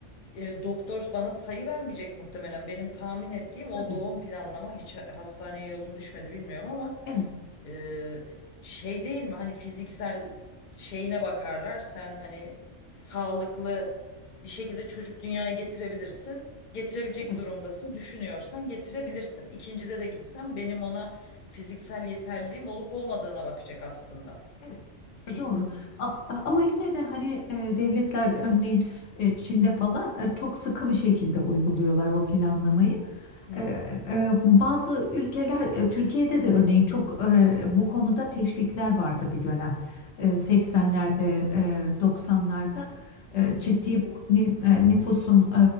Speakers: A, on the left; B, on the left.
A: e, doktor bana sayı vermeyecek muhtemelen. Benim tahmin ettiğim o
B: tabii.
A: doğum planlama hiç ha- hastaneye yolum düşmedi bilmiyorum ama
B: Evet,
A: e, şey değil mi? Hani fiziksel şeyine bakarlar. Sen hani sağlıklı bir şekilde çocuk dünyaya getirebilirsin. Getirebilecek
B: evet.
A: durumdasın. Düşünüyorsan getirebilirsin. İkincide de gitsem benim ona fiziksel yeterliliğim olup olmadığına bakacak aslında.
B: Evet,
A: Pil.
B: E, doğru. A- Ama yine de hani e, devletler örneğin e, Çin'de falan e, çok sıkı bir şekilde uyguluyorlar o planlamayı.
A: Hı
B: E, e,
A: hı.
B: Bazı ülkeler e, Türkiye'de de örneğin çok e, bu konuda teşvikler vardı bir dönem. E, 80'lerde, e, 90'larda e,
A: Hı hı.
B: ciddi bir nüf- e, nüfusun